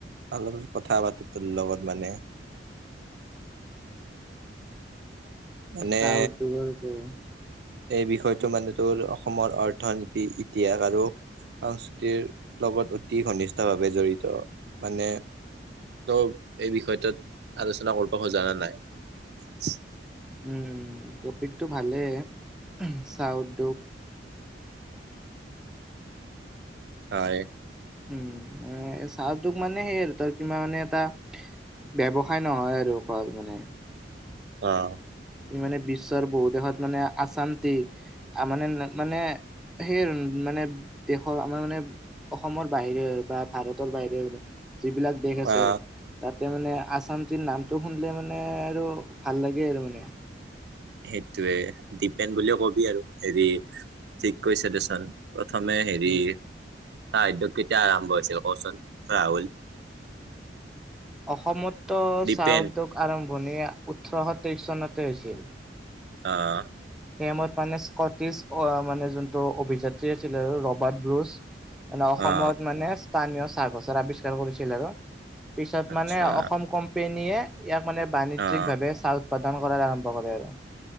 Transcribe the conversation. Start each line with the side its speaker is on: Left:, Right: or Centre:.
Right: অলপ কথা পাতো ত লগত মানে। মানে
Centre: চাহ উদ্যোগৰ।
Right: এই বিষয়টো মানে তোৰ অসমৰ অৰ্থনীতি ইতিহাস আৰু। সংস্কৃতিৰ লগত অতি ঘনিষ্ট ভাৱে জড়িত মানে- ত এই বিষয়টোত আলোচনা কৰিব খোজানা নাই চি।
Centre: উমঁ উমঁ টপিকটো ভালেই চাহ উদ্যোগ-
Right: হয়ঁ!
Centre: উমঁ চাহ উদ্যোগ মানে হেৰ তোমাৰ কাৰণে মানে এটা ব্যৱসায় নহয় আৰু মানে
Right: অঁ!
Centre: মানে বিশ্বৰ বহুত দেশত মানে আচাম টি। আমাৰ মানে মানে সেই মানে দেশৰ আমাৰ মানে অসমৰ বাহিৰে বা ভাৰতৰ বাহিৰে যিবিলাক দেশ আছে
Right: অ
Centre: আৰু। তাতে মানে আচাম জিলা নামটো শুনিলে মানে আৰু ভাল লাগে আৰু মানে।
Right: সেইটোৱে ডিপেন বুলে কবি আৰু হেৰি ঠিক কৈছে দে চাৰ। প্ৰথমে হেৰি
Centre: উম,
Right: চাহ উদ্যোগ কেতিয়া আৰম্ভ হৈছিল কচোন ৰাহুল?
Centre: অসমতো
Right: ডিপেন
Centre: চাহ উদ্যোগ- আৰম্ভণি ওঠৰশ তেইশ চনতে হৈছিল।
Right: অঁ অঁ।
Centre: সেই মত মানে স্কটিছ অ মানে যোনটো অভিযাত্ৰী আছিলে আৰু ৰবাৰ্ট ব্ৰুজ। মানে অসমত
Right: অ
Centre: মানে স্থানীয় চাহগছৰ আৱিষ্কাৰ কৰিছিল আৰু। পিছত
Right: আচ্ছা
Centre: মানে অসম কোম্পেনীয়ে ইয়াক মানে বাণিজ্যিক
Right: অ
Centre: ভাৱে চাল- উৎপাদান কৰাৰ আৰম্ভ কৰে আৰু।